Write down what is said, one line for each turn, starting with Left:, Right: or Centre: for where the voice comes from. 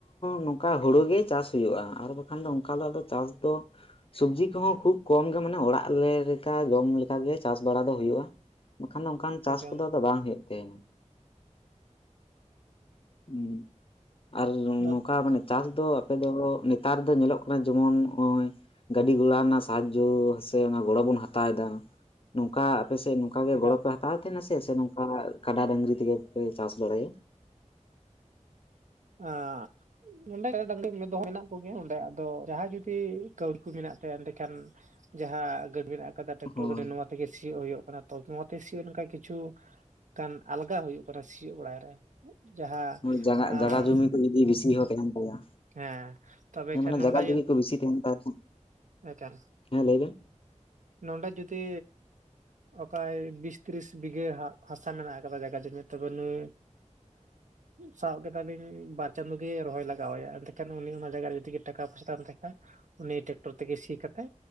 Left: ᱱᱚᱝᱠᱟ ᱦᱩᱲᱩᱜ ᱜᱮ ᱪᱟᱥ ᱦᱩᱭᱩᱜᱼᱟ, ᱟᱨ ᱵᱟᱠᱷᱟᱱ ᱫᱚ ᱚᱱᱠᱟ ᱫᱚ ᱟᱫᱚ ᱪᱟᱥ ᱫᱚ ᱥᱚᱵᱡᱤ ᱠᱚᱦᱚᱸ ᱠᱷᱩᱵ ᱠᱚᱢ ᱜᱮ ᱢᱟᱱᱮ ᱚᱲᱟᱜ ᱞᱮᱠᱟ ᱡᱚᱢ ᱞᱮᱠᱟ ᱜᱮ ᱪᱟᱥ ᱵᱟᱲᱟ ᱫᱚ ᱦᱳᱭᱳᱜᱼᱟ᱾ ᱵᱟᱠᱷᱟᱱ ᱚᱱᱠᱟᱱ ᱪᱟᱥ
Right: ᱮᱠᱟᱞ
Left: ᱠᱚᱫᱚ ᱟᱫᱚ ᱵᱟᱝᱳᱜ ᱛᱟᱦᱮᱧ᱾ ᱦᱩᱸ ᱟᱨ
Right: ᱱᱚᱛ
Left: ᱱᱚᱝᱠᱟ ᱢᱟᱱᱮ ᱪᱟᱥ ᱫᱚ ᱟᱯᱮ ᱫᱚ ᱱᱮᱛᱟᱨ ᱫᱚ ᱧᱮᱞᱚᱜ ᱠᱟᱱᱟ ᱡᱮᱢᱚᱱ ᱱᱚᱜᱼᱚᱭ ᱜᱟᱹᱰᱤ ᱜᱷᱚᱲᱟ ᱨᱮᱱᱟᱜ ᱥᱟᱦᱟᱡᱡᱳ ᱥᱮ ᱜᱚᱲᱚ ᱵᱚᱱ ᱦᱟᱛᱟᱣ ᱫᱟ ᱱᱚᱝᱠᱟ ᱟᱯᱮᱥᱮᱜ ᱱᱚᱝᱠᱟ ᱜᱮ
Right: ᱮᱠᱟᱞ
Left: ᱜᱚᱲᱚᱯᱮ ᱦᱟᱛᱟᱣ ᱛᱟᱦᱮᱸᱱᱟ ᱥᱮ ᱥᱮ ᱱᱚᱝᱠᱟ ᱠᱟᱰᱟ ᱰᱟᱹᱝᱨᱤ ᱛᱮᱜᱮ ᱯᱮ ᱪᱟᱥ ᱵᱟᱲᱟᱭᱟ?
Right: ᱟᱸᱜ ᱱᱚᱸᱰᱮ ᱰᱟᱝᱨᱤ ᱢᱮ ᱫᱚ ᱦᱚ ᱢᱮᱱᱟᱜ ᱠᱚᱜᱮᱭᱟ ᱚᱸᱰᱮ ᱟᱫᱚ ᱡᱟᱦᱟᱸᱭ ᱡᱩᱫᱤ ᱠᱟᱹᱣᱲᱰᱤ ᱠᱚ ᱢᱮᱱᱟᱜ ᱛᱟᱭᱟ ᱮᱸᱰᱮᱠᱷᱟᱱ ᱡᱟᱦᱟᱸ ᱜᱟᱹᱰ ᱢᱮᱱᱟᱜᱼᱟ ᱟᱠᱟᱫᱟ ᱴᱟᱠᱴᱚᱨ
Left: ᱦᱳᱭ
Right: ᱜᱟᱹᱰᱤ ᱱᱚᱣᱟ ᱛᱮᱜᱮ ᱥᱤᱭᱳᱜ ᱦᱩᱭᱩᱜ ᱠᱟᱱᱟ ᱛᱚ ᱱᱚᱣᱟᱛᱮ ᱥᱤᱭᱳᱜ ᱞᱮᱱᱠᱷᱟᱱ ᱠᱤᱪᱷᱩ ᱠᱟᱱ ᱟᱞᱜᱟ ᱦᱩᱭᱩᱜ ᱠᱟᱱᱟ ᱥᱤᱭᱳᱜ ᱵᱟᱲᱟᱭ ᱨᱮ ᱡᱟᱦᱟᱸ
Left: ᱦᱳᱭ ᱡᱟᱜᱟ
Right: ᱟᱸ
Left: ᱡᱟᱜᱟ ᱡᱩᱢᱤ ᱠᱚ ᱡᱩᱫᱤ ᱵᱮᱥᱤ ᱦᱚᱸ ᱛᱟᱦᱮᱸᱱ ᱛᱟᱭᱟ,
Right: ᱦᱮᱸ ᱛᱚᱵᱮ
Left: ᱦᱮᱸ
Right: ᱠᱷᱟᱱ
Left: ᱢᱟᱱᱮ
Right: ᱱᱚᱰᱮ
Left: ᱡᱟᱜᱟ ᱡᱩᱫᱤ ᱠᱚ ᱵᱮᱥᱤ ᱛᱟᱦᱮᱸᱱ ᱛᱟᱭ ᱠᱷᱟᱡ,
Right: ᱮᱠᱟᱞ
Left: ᱦᱮᱸ ᱞᱟᱹᱭ ᱵᱮᱱ
Right: ᱱᱚᱰᱮ ᱡᱩᱫᱤ ᱚᱠᱚᱭ ᱵᱤᱥ ᱛᱤᱨᱤᱥ ᱵᱤᱜᱷᱟᱹ ᱦᱟᱸᱜ ᱦᱟᱥᱟ ᱢᱮᱱᱟᱜ ᱠᱟᱫᱟ ᱡᱟᱜᱟ ᱡᱩᱢᱤ ᱛᱚᱵᱮ ᱱᱩᱭ ᱥᱟᱵ ᱠᱮᱫᱟᱞᱤᱧ ᱵᱟᱨ ᱪᱟᱸᱫᱩ ᱜᱮ ᱨᱚᱦᱚᱭ ᱞᱟᱜᱟᱣᱮᱭᱟ ᱮᱱᱰᱮᱠᱷᱟᱱ ᱩᱱᱤ ᱚᱱᱟ ᱡᱟᱜᱟ ᱨᱮ ᱡᱩᱫᱤ ᱴᱟᱠᱟ ᱯᱚᱭᱥᱟ ᱛᱟᱢ ᱛᱟᱭ ᱠᱷᱟᱱᱡ ᱩᱱᱤ ᱴᱮᱠᱴᱚᱨ ᱛᱮᱜᱮ ᱥᱤ ᱠᱟᱛᱮ